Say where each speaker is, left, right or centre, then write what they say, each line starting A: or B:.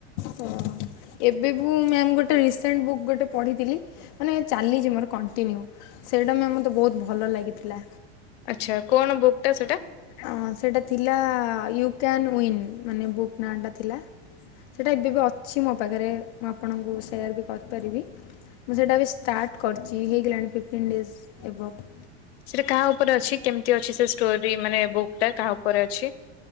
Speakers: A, on the left; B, on the left.
A: ତ ଏବେ ଭୁ- ମ୍ୟାମ୍ ଗୋଟେ ରିସେଣ୍ଟ ବୁକ୍ ଗୋଟେ ପଢିଥିଲି। ମାନେ ଚାଲିଛି ମୋର କଣ୍ଟିନ୍ୟୁ, ସେଇଟା ମ୍ୟାମ଼ ମୋତେ ବହୁତ ଭଲ ଲାଗିଥିଲା।
B: ଆଚ୍ଛା କଣ ବୁକ୍ ଟା ସେଟା?
A: ଅଁ, ସେଇଟା ଥିଲା ୟୁ କ୍ୟାନ୍ ୱିନ୍ ମାନେ ବୁକ୍ ନାଁଟା ଥିଲା। ସେଇଟା ଏବେ ବି ଅଛି ମୋ ପାଖରେ ମୁଁ ଆପଣଙ୍କୁ ସେୟାର୍ ବି କରିପାରିବି। ମୁଁ ସେଇଟା ଏବେ ଷ୍ଟାର୍ଟ କରିଚି ହେଇଗଲାଣି ଫିଫ୍ଟିନ୍ ଡେଜ୍ ଏଭବ୍।
B: ସେଟା କାହା ଉପରେ ଅଛି? କେମିତି ଅଛି ସେ ଷ୍ଟୋରି ମାନେ ବୁକ୍ ଟା କାହା ଉପରେ ଅଛି?